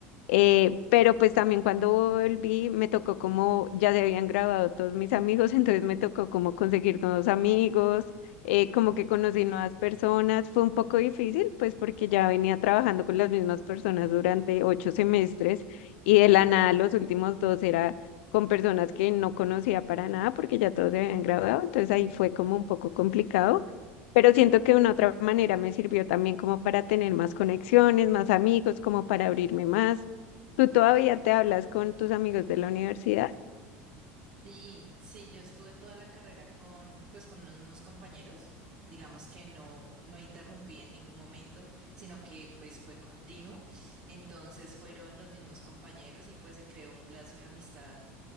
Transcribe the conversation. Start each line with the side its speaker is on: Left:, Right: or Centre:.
Left: Eh, pero pues también cuando volví me tocó como ya se habían graduado todos mis amigos, <laughs> entonces me tocó como conseguir nuevos amigos, eh, como que conocí nuevas personas. Fue un poco difícil pues porque ya venía trabajando con las mismas personas durante ocho semestres y de la nada los últimos dos era con personas que no conocía para nada porque ya todos se habían graduado, entonces ahí fue como un poco complicado. Pero siento que de una otra manera me sirvió también como para tener más conexiones, más amigos, como para abrirme más. ¿Tú todavía te hablas con tus amigos de la universidad?
Right: Sí, sí, yo estuve toda la carrera con, pues, con unos mismos compañeros, digamos que no, no interrumpí en ningún momento, sino que, pues, fue continuo. Entonces fueron los mismos compañeros y, pues, se creó un lazo de amistad